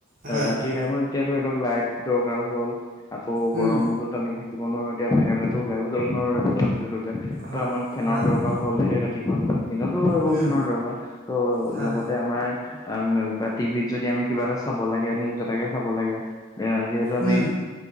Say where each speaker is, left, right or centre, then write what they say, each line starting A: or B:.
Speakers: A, on the right; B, on the left.
A: হয়
B: ৰাতিৰ
A: হয়
B: টাইমত এতিয়া ধৰি লওক লাইট দৰকাৰ হ'ল, আকৌ
A: উম
B: গৰমত তো আমি থাকিব নোৱাৰো। এতিয়া বাহিৰতো ওলাইও যাব নোৱাৰোঁ এ য ত'তে ত
A: হয়
B: আমাৰ ফেনৰ
A: হয়
B: দৰকাৰ
A: হয়
B: হলে ৰাতিখন দিনতো হয় বাৰু
A: উম
B: খনৰ দৰকাৰ ত'
A: হয়
B: লগতে আমাৰ। <inaudible> বা টিভিত যদি আমি কিবা এটা চাব লাগে নিউজ এটাকে চাব লাগে যিহেতু আমি।
A: উম